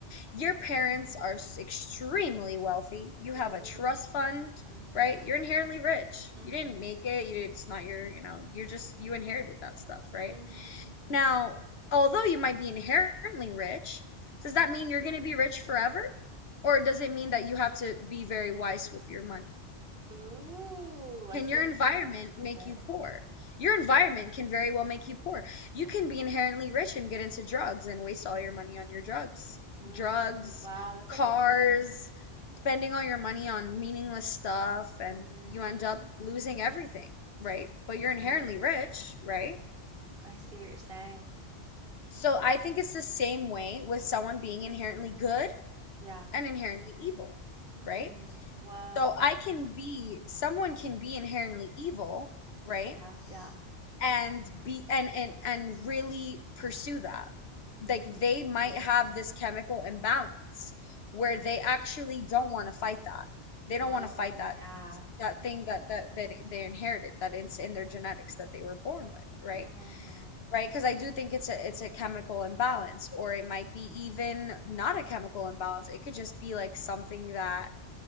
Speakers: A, on the left; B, on the right.
A: Your parents are s- extremely wealthy. You
B: Ooh.
A: have a trust fund,
B: Mm-hmm.
A: right? You're inherently rich.
B: Mm-hmm.
A: You didn't make it. You, it's not your, you know, you're just you inherited that stuff, right?
B: Mm-hmm. Mm-hmm.
A: Now, although you might be inherently rich, does that mean you're going to be rich forever? Or does it mean that you have to be very wise with your money?
B: Ooh, I
A: Can
B: see
A: your
B: where
A: environment
B: you're going with
A: make
B: it.
A: you poor? Your environment can very well make you poor. You can be inherently rich and get into drugs and waste all your money on your drugs.
B: Ooh,
A: Drugs,
B: wow, that's
A: cars,
B: a good point.
A: spending all your money on meaningless stuff, and
B: Mm-hmm.
A: you end up losing everything, right? But you're
B: Right.
A: inherently rich, right?
B: I see what you're saying.
A: So I think it's the same way with someone being inherently good
B: Yeah.
A: and inherently evil,
B: Mm.
A: right?
B: Whoa.
A: So I can be, someone can be inherently evil, right?
B: Yeah, yeah.
A: And be and and and really pursue that.
B: Mm-hmm.
A: Like they might have this chemical imbalance
B: Mm.
A: where they actually don't want to fight that. They
B: Whoa,
A: don't want to fight that
B: yeah.
A: that thing that that that they inherited, that it's in their genetics that they were born with, right?
B: Mm-hmm.
A: right? Because I do think it's a it's a chemical imbalance, or it might be even not a chemical imbalance. It could just be like something that